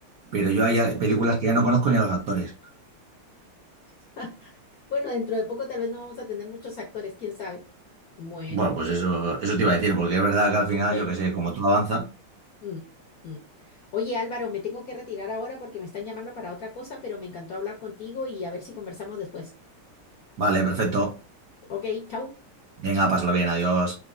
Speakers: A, on the right; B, on the left.
A: pero yo hay películas que ya no conozco ni a los actores.
B: <laughs> Bueno, dentro de poco tal vez no vamos a tener muchos actores, quién sabe. Bueno.
A: Bueno, pues eso, eso te iba a decir, porque es verdad que al final,
B: Sí.
A: yo qué sé, como tú avanza,
B: Mm, mm. Oye, Álvaro, me tengo que retirar ahora porque me están llamando para otra cosa, pero me encantó hablar contigo y a ver si conversamos después.
A: vale, perfecto.
B: Ok, chau.
A: Venga, pásalo bien, adiós.